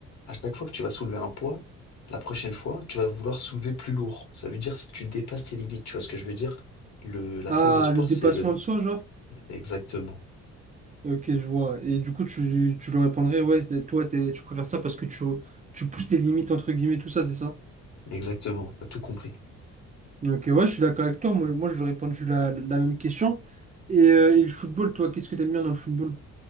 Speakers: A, on the left; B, on the right.
A: à chaque fois que tu vas soulever un poids, la prochaine fois, tu vas vouloir soulever plus lourd. Ça veut dire si tu dépasses tes limites. Tu vois ce que je veux dire? Le, la
B: Ah,
A: salle de sport,
B: le dépassement
A: c'est le...
B: de soi, genre?
A: Exactement.
B: Ok, je vois. Et du coup, tu, tu leur répondrais, ouais, toi, t'es- tu préfères ça parce que tu, tu pousses tes limites, entre guillemets, tout ça, c'est ça?
A: Exactement. T'as tout compris.
B: Ok, ouais, je suis d'accord avec toi. Moi, moi j'aurais répondu la, la même question. Et, euh, et le football, toi, qu'est-ce que t'aimes bien dans le football?